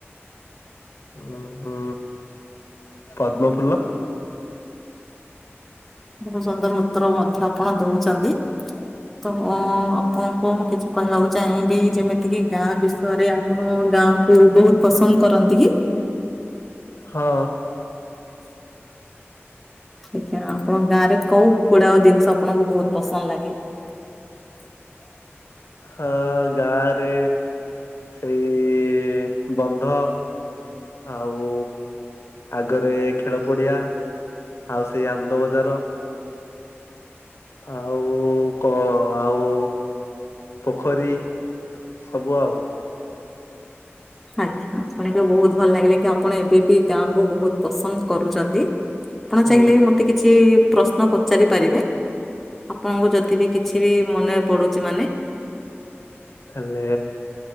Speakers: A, on the left; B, in the centre.
A: ଉଁ ହୁଁ ପଦ୍ମ ଫୁଲ।
B: ବହୁତ୍ ସୁନ୍ଦର ଉତ୍ତର ମଧ୍ୟ ଆପଣ ଦଉଚନ୍ତି। ତ ଆପଣଙ୍କୁ ମୁଁ କିଛି କହିବାକୁ ଚାହିଁବି ଯେମିତି କିି ଗାଁ ବିଷୟରେ ଆପଣ ଗାଁ ବହୁତ ପସନ୍ଦ କରନ୍ତି କି?
A: ହଁ
B: ଆଜ୍ଞା ଆପଣଙ୍କ ଗାଁ ରେ କୋଉ ଗୁଡାକ ଜିନିଷ ଆପଣଙ୍କୁ ବହୁତ ପସନ୍ଦ ଲାଗେ। <unintelligible>
A: ହଁ ଗାଁରେ ସେଇ ବନ୍ଧ ଆଉ ଆଗରେ ଖେଳ ପଡିଆ ଆଉ ସେଇ ଆନନ୍ଦ ବଜାର? ଆଉ କଣ ଆଉ ପୋଖରୀ ସବୁ ଆଉ।
B: ଆଜ୍ଞା ଆପଣଙ୍କୁ ବହୁତ ଭଲ ଲାଗିଲା କି ଆପଣ ଏବେ ବି ଗାଁକୁୁ ବହୁତ ପସନ୍ଦ କରୁଚନ୍ତି। ଆପଣ
A: ହୁଁ
B: ଚାହିଁଲେ ବି ମତେ କିଛି ପ୍ରଶ୍ନ ପଚାରି ପାରିବେ? ଆପଣଙ୍କୁ ଯଦି ବିି କିଛି ବି ମନେ ପଡୁଛି ମାନେ
A: ହେଲେ